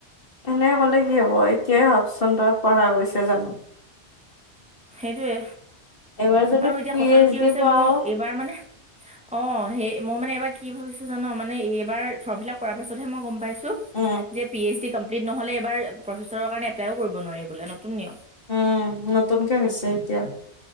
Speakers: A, on the left (about 55°); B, in the centre.
A: এনে ক'লে কি হ'ব। এতিয়াই ভাবচোন তই পঢ়া গৈছে জানো।
B: সেইটোৱে।
A: এইবাৰ যদি
B: আৰু এতিয়া
A: পি
B: কথাটো
A: এইচ
B: কি
A: ডি
B: হৈছে
A: পাও
B: মোৰ এইবাৰ মানে অ সেই মই মানে এইবাৰ কি ভাবিছো জান মানে এইবাৰ ফৰ্ম ফিল আাপ কৰাৰ পাছতহে মই গম পাইছো।
A: উম
B: যে পি এছ ডি কম্পিট নহ'লে বোলে প্ৰফেচৰ কাৰণে এপ্লাই কৰিব নোৱাৰি বোলে। নতুন নিয়ম
A: উম, নতুনকে হৈছে এতিয়া।